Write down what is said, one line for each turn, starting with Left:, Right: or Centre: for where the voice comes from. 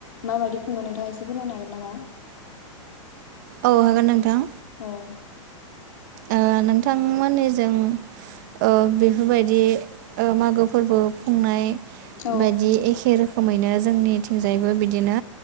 Left: माबायदि खुङो नोंथाङा एसे फोरमायनो हागोन नामा?
Right: औ हागोन नोंथां
Left: औ
Right: ओ नोंथांमोननिजों ओ बेफोरबायदि मागो फोरबो खुंनाय
Left: औ
Right: बायदि एखे रोखोमैनो जोंनिथिंजायबो बिदिनो